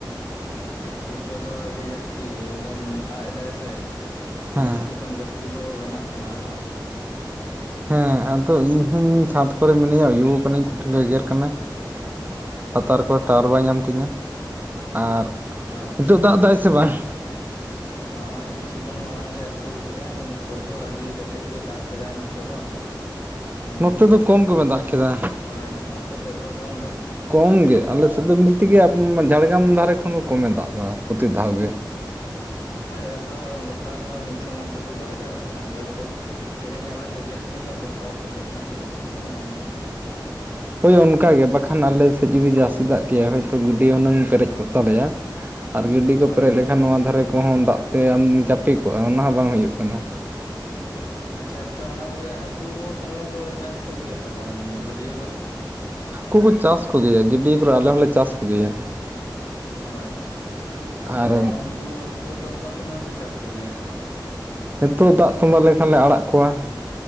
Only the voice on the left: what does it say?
ᱥᱤᱠᱬᱤᱡ ᱠᱚᱫᱚ ᱟᱹᱰᱤ ᱡᱟᱹᱥᱛᱤ ᱮᱠᱫᱚᱢ ᱫᱟᱜ ᱮᱫᱟᱭ ᱥᱮ᱾
ᱡᱟᱹᱥᱛᱤ ᱠᱷᱚᱱ ᱡᱟᱹᱥᱛᱤ ᱠᱚ ᱵᱮᱱᱟᱜ ᱠᱟᱱᱟ ᱟᱨᱦᱚᱸ᱾
ᱟᱪᱪᱷᱟ
ᱱᱚᱜᱼᱚᱭ ᱠᱤᱪᱷᱩ ᱠᱷᱚᱱ ᱢᱟᱲᱟᱝ ᱜᱮ ᱟᱹᱥᱩᱲ ᱠᱮᱫ ᱟᱭ ᱱᱤᱛᱚᱜ ᱫᱚ ᱟᱹᱰᱤ ᱠᱮᱴᱮᱡ ᱜᱮ ᱫᱟᱜ ᱠᱮᱫᱟᱭ ᱱᱚᱛᱮ ᱫᱚ᱾ ᱦᱮᱸ
ᱦᱟᱯ
ᱦᱳᱭ ᱟᱯᱮ ᱥᱮᱫ ᱫᱚ ᱠᱚᱢ ᱜᱮ᱾
ᱦᱳᱭ ᱟᱫᱚ ᱜᱚᱴᱟ ᱫᱚ ᱢᱤᱫ ᱥᱚᱢᱟᱱ ᱛᱮᱫᱚ ᱵᱟᱭ ᱫᱟᱜ ᱮᱫᱟ ᱦᱟᱸᱜ ᱦᱳᱭᱛᱚ ᱛᱮᱦᱮᱧ ᱟᱞᱮ ᱥᱮᱫ ᱡᱟᱹᱥᱛᱤ ᱧᱚᱜ ᱜᱟᱯᱟ ᱟᱯᱮ ᱥᱮᱫ ᱱᱟᱜ ᱡᱟᱹᱥᱛᱤ ᱧᱚᱜ ᱱᱚᱜᱼᱚ ᱱᱚᱝᱠᱟ᱾
ᱦᱳᱭ
ᱟᱪᱪᱷᱟ ᱟᱯᱮ ᱚᱱᱟ ᱠᱚᱨᱮ ᱦᱟᱹᱠᱩ ᱠᱩᱦᱚ ᱛᱷᱟᱞᱮ ᱠᱚ ᱪᱟᱥ ᱠᱚᱜᱮᱭᱟ ᱥᱮ ᱵᱟᱝ ᱜᱟᱹᱰᱭᱟᱹ ᱠᱚᱨᱮ?
ᱚ ᱟᱪᱪᱷᱟ ᱟᱫᱚ
ᱩᱱᱠᱩ ᱦᱟᱹᱠᱩ ᱫᱚ ᱚᱠᱟ ᱥᱚᱢᱚᱭ ᱯᱮ ᱪᱟᱥ ᱠᱚᱜᱮᱭᱟ?